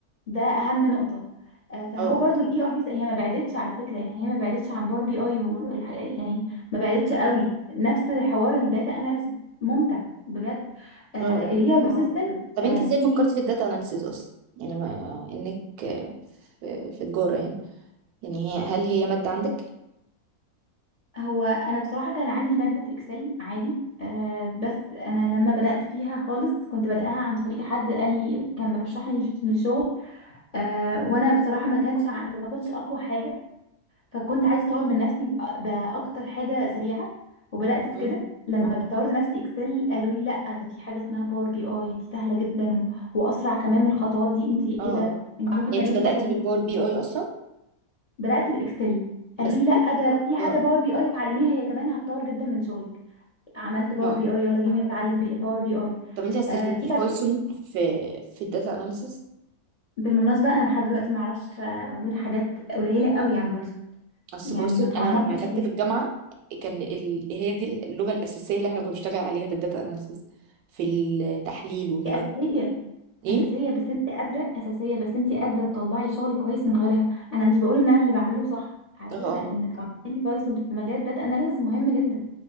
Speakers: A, on the left (about 55°); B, on the right (about 85°).
A: ده اهم نقطه آه، فهو
B: اه اه
A: برضو الاي اي هي ما بعدتش على فكره يعني هي ما بعدتش عن باور بي اي والح- يعني ما بعدتش قوي نفس حوار الداتا اناليسيس ممتع بجد الاي
B: اه آه.
A: اي بي سيستم
B: طب انت ازاي
A: في
B: فكرتي في الداتا اناليسيز اصلا يعني ما انك آه، في في تجارة يعني يعني هي هل هي مادة عندك؟
A: هو انا بصراحه كان عندي ماده اكسل عادي آه، بس انا لما بدات فيها خالص كنت بدأها عن طريق حد قال لي كان مرشحني للشغل آه وانا بصراحه ما كانش ع- ما كنتش اقوى حاجه فكنت عايزه اطور من نفسي بأ- باكتر حاجه سريعه وبدات في
B: اه
A: كده لما اه طورت نفسي اكسل قالوا لي لا ده في حاجه اسمها باور بي اي دي سهله جدا و... واسرع كمان من الخطوات دي انت ايه
B: اه
A: ده
B: اه
A: انت ممكن
B: يعني
A: تعملي
B: انت
A: الخطوه
B: بدأتي
A: دي
B: بالباور بي اي اصلا
A: بدات باكسل قالوا
B: بس
A: لي لا ده في حاجه
B: اه اه
A: باور بي اي اتعلميها هي كمان هتطور جدا من شغلك عملت باور
B: اه آه.
A: بي اي يلا بينا نتعلم بي... باور بي اي
B: طب انت ما استخدمتيش
A: آه إلى-
B: بايثون في في الداتا اناليسيز
A: بالمناسبه انا لحد دلوقتي ما اعرفش غير حاجات قليله قوي عن بايثون
B: اصل
A: يعني
B: بايثون
A: ما تعمقتش
B: انا لما اخدت في الجامعة كان ال... هي دي اللغة الأساسية اللي احنا كنا بنشتغل عليها في الداتا اناليسيز في التحليل وكده
A: هي اساسيه
B: ايه؟
A: اساسيه بس انت قادره اساسيه بس انت قادره تطلعي شغل كويس من غيرها انا مش بقول ان انا اللي بعمله صح على
B: اه
A: فكره
B: اه
A: انك اه تتعلمي بايثون في مجال داتا اناليسز مهم جدا